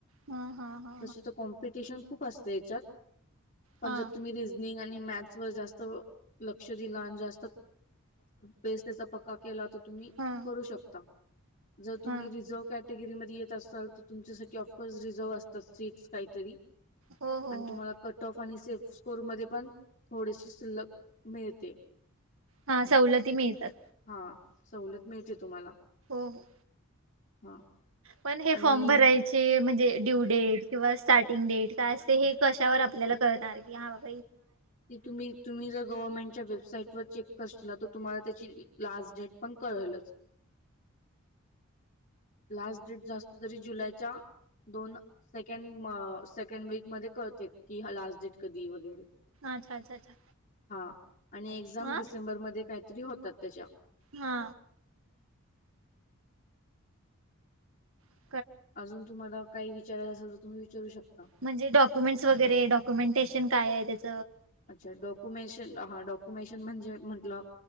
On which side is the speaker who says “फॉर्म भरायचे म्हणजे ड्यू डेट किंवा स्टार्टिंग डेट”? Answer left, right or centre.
Right